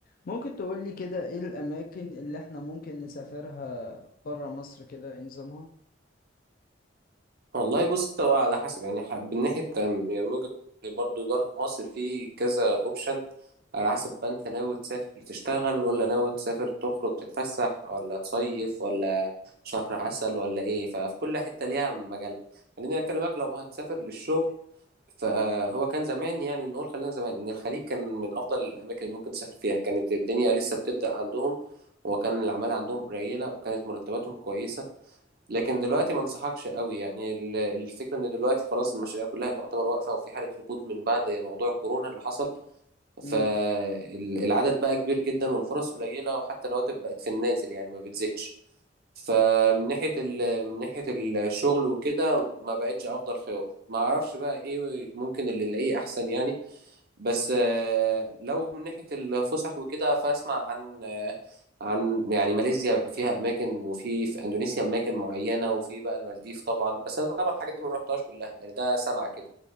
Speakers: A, on the left (about 50°); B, on the right (about 55°).
A: ممكن تقولي كده ايه الاماكن اللي احنا ممكن نسافرها برا مصر كده ايه نظامها
B: والله بص هو على حسب يعني ح- من ناحية تم- يعني من وجهة نظري برضه بره مصر في كذا اوبشن على حسب بقى انت ناوي تسافر تشتغل ولا ناوي تسافر تخرج تتفسح ولا تصيف ولا شهر عسل ولا ايه ففي كل حتة ليها مجال خليني اكلمك لو هتسافر للشغل فهو كان زمان يعني نقول خلينا زمان ان الخليج كان من افضل الاماكن اللي ممكن تسافر فيها كانت الدنيا لسه بتبدأ عندهم وكان العمالة عندهم قليلة وكانت مرتباتهم كويسة لكن دلوقتي ما انصحكش قوي يعني ال- الفكرة ان دلوقتي خلاص المشاريع كلها تعتبر واقفة وفي حالة ركود من بعد موضوع الكورونا اللي حصل فالعدد
A: امم
B: بقى كبير جدا والفرص قليلة وحتى الرواتب بقت في النازل يعني ما بتزيدش فمن ناحية ال... من ناحية الشغل وكده ما بقتش افضل خيار ما اعرفش بقى ايه ممكن اللي نلاقيه احسن يعني بس آه، لو من ناحية الفسح وكده فأسمع عن آه، عن يعني ماليزيا فيها أماكن وفي في أندونيسيا أماكن معينة وفي بقى المالديف طبعا بس أنا طبعا الحاجات دي ما رحتهاش كلها يعني ده سمع كده